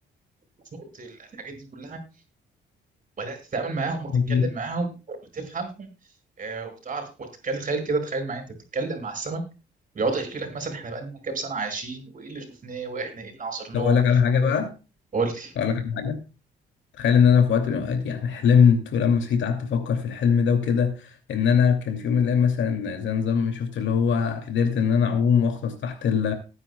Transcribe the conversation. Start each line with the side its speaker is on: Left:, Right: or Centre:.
Right: وشفت الحاجات دي كلها وبدات تتعامل معاهم وتتكلم
Left: مظبوط
Right: معاهم وتفهمهم آه، وتعرف وتتكلم تخيل كده تخيل معايا انت بتتكلم مع السمك بيقعد يحكي لك مثلا احنا بقالنا كام سنه عايشين وايه اللي شفناه واحنا ايه اللي عاصرناه
Left: طب اقول لك على حاجه بقى
Right: قلت
Left: اقول لك على حاجه تخيل ان انا في وقت من الاوقات يعني حلمت ولما صحيت قعدت افكر في الحلم ده وكده ان انا كان في يوم من الايام مثلا زي نظام شفت اللي هو قدرت ان انا اعوم واغطس تحت ال